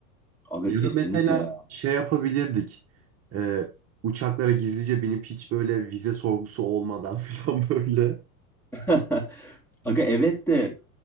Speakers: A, in the centre; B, on the right.
A: Aga
B: Ya
A: kesinlikle
B: da mesela
A: ya.
B: şey yapabilirdik. Ee, uçaklara gizlice binip hiç böyle vize sorgusu olmadan <laughs> falan böyle.
A: <laughs> Aga evet de